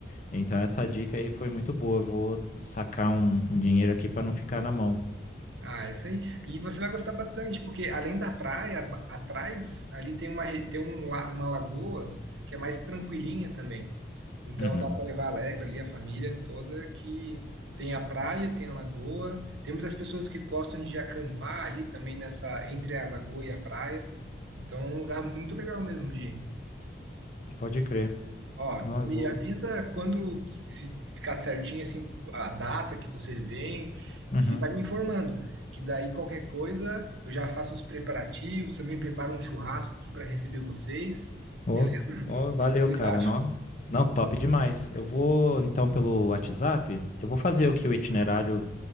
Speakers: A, on the left; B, on the right.
A: Então essa dica aí foi muito boa. Eu vou sacar um, um dinheiro aqui para não ficar na mão.
B: Ah, isso aí. E você vai gostar bastante, porque além da praia, ba- atrás ali tem uma, re- tem um, la- uma lagoa que é mais tranquilinha também. Então
A: Uhum.
B: dá para levar alegre ali a família toda, que tem a praia, tem a lagoa. Tem muitas pessoas que gostam de acampar ali também nessa, entre a lagoa e a praia. Então é um lugar muito legal mesmo de ir.
A: Pode crer.
B: Ó,
A: Não, eu
B: me
A: vou.
B: avisa quando, que- se ficar certinho assim, a data que você vem
A: Uhum.
B: e vai me informando, que daí qualquer coisa eu já faço os preparativos, também preparo um churrasco aqui para receber vocês,
A: Ô,
B: beleza?
A: ô,
B: O
A: valeu,
B: que que vocês
A: cara.
B: acham?
A: Não, não, top demais. Eu vou então pelo WhatsApp. Eu vou fazer o que o itinerário,